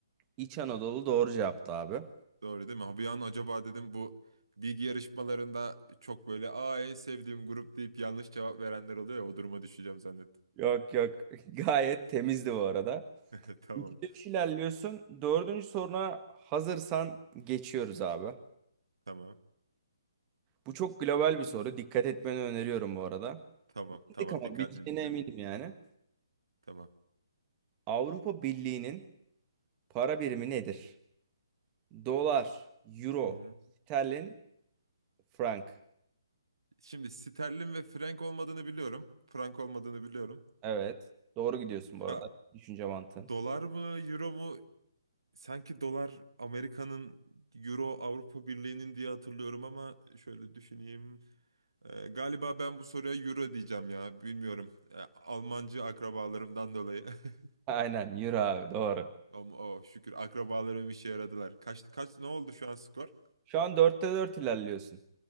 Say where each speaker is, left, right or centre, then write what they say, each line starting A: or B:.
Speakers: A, on the right; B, on the right.
A: İç Anadolu doğru cevaptı abi.
B: Doğru değil mi? Ha, Bir an acaba dedim bu bilgi yarışmalarında çok böyle aa en sevdiğim grup deyip yanlış cevap verenler oluyor ya o duruma düşeceğim zannettim.
A: Yok yok <laughs> gayet temizdi bu arada.
B: <laughs> Tamam.
A: 3 ilerliyorsun. Dördüncü soruna hazırsan geçiyoruz abi.
B: Tamam.
A: Bu çok global bir soru. Dikkat etmeni öneriyorum bu arada.
B: Tamam.
A: Bildik
B: Tamam.
A: ama
B: Dikkatli
A: bildiğine
B: dinliyorum.
A: eminim yani.
B: Tamam.
A: Avrupa Birliği'nin para birimi nedir? Dolar, euro,
B: Hı-hı.
A: sterlin, frank.
B: Şimdi sterlin ve frank olmadığını biliyorum. Frank olmadığını biliyorum.
A: Evet. Doğru gidiyorsun bu arada.
B: Ya
A: Düşünce mantığın.
B: Dolar mı, euro mu Sanki dolar Amerika'nın Euro Avrupa Birliği'nin diye hatırlıyorum ama şöyle düşüneyim. Ee, galiba ben bu soruya Euro diyeceğim ya. Bilmiyorum. Ee, Almancı akrabalarımdan dolayı. <laughs>
A: <laughs> Aynen euro abi doğru.
B: Ama oh, şükür akrabalarım işe yaradılar. Kaç kaç ne oldu şu an skor?
A: Şu an dörtte 4 ilerliyorsun.